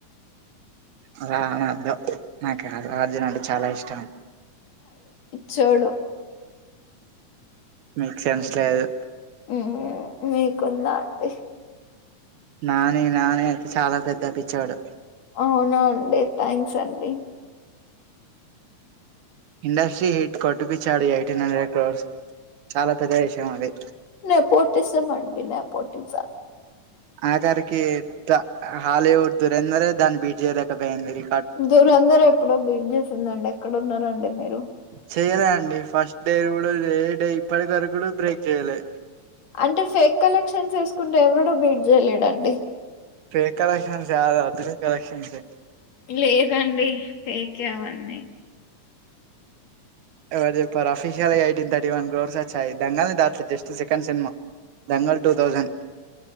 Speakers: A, on the right; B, on the left.
A: అలా అన్నోదు నాకు అర్జున్ అంటే చాలా ఇష్టం
B: చోడు
A: మీకు సెన్స్ లేదు
B: ఉమ్మ్ మీకుందా అండి
A: నాని నాని అయితే చాలా పెద్ద పిచ్చోడు
B: అవునా అండి థాంక్స్ అండి
A: ఇండస్ట్రీ హిట్ కొట్టిపిచ్చాడు ఎయిటీన్ హండ్రెడ్ ఎక్రోర్స్ చాలా పెద్ద విషయం అది
B: నెపోటిసమ్ మండి నెపోటిజం
A: ఆఖరికి ట హాలీవుడ్ దురెందరే దాన్ని బీడ్ చేయలేకపోయిందిరి
B: దురందర్ ఎప్పుడో బీట్ చేసిందండి ఎక్కడ ఉన్నరండి మీరు
A: చేయలే అండి ఫస్ట్ డే ఏ టై ఇప్పడి వరకు కూడా బ్రేక్ చేయాలే
B: అంటే ఫేక్ కలెక్షన్ ఎసుకుంటే ఎవడు బీట్ చేయలేడండి
A: ఫేక్ కలెక్షన్స్ కాదు అద ఒరిజిన్కలెక్షన్స్ ఎ
B: లేదండి ఫేకె అవన్నీ
A: ఎవరు చెప్పారు official eighteen thirty one crores వచ్చాయి దంగల్ని దాట్తుదు just second cinema Dangal two thousand